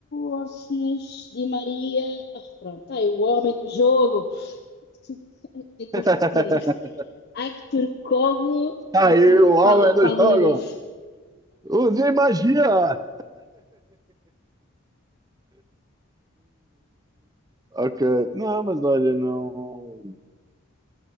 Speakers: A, on the left; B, on the right.
A: Orsnes, Di Maria. Ah, pronto, tá aí o homem do jogo. <laughs> Nem consigo
B: <laughs>
A: dizer isto. Actor Coglu
B: Aí,
A: e
B: o homem do
A: Pavlidis.
B: jogo! Use magia! Ok. Não, mas olha, não,